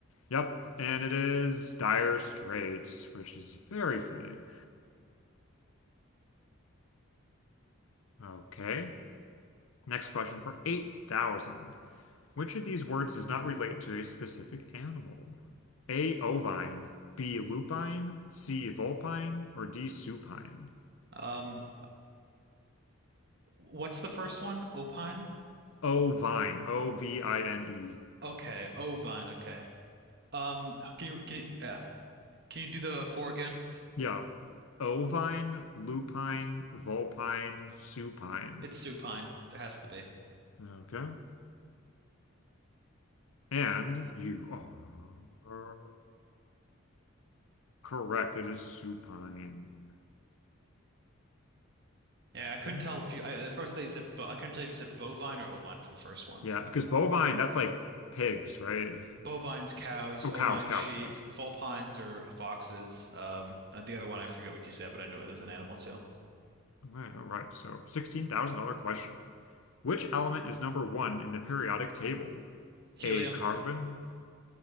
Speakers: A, on the left; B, on the right.
A: Yep, and it is Dire Straits, which is very fitting. Okay. Next question for 8,000. Which of these words does not relate to a specific animal? A. Ovine, B. Lupine, C. Vulpine, or D. Supine?
B: Um, what's the first one? Opine?
A: Ovine, O V I N E.
B: Okay, Ovine. Okay. Um, can you can you, yeah. Can you do the four again?
A: Yeah, ovine, lupine, vulpine, supine.
B: It's supine. There has to be.
A: Okay. And you are correct. It is supine.
B: Yeah, I couldn't
A: Okay.
B: tell what you. I, the first thing you said, but I couldn't tell if you said bovine or ovine for the first one.
A: Yeah, because bovine, that's like pigs, right?
B: Bovines, cows.
A: Oh,
B: Ovines,
A: cows, cows,
B: sheep.
A: cows.
B: Vulpines are foxes. Um, and the other one I forget what you said, but I knew it was an animal too.
A: All right, all right. So $16,000 question. Which element is number one in the periodic table?
B: Helium,
A: A carbon?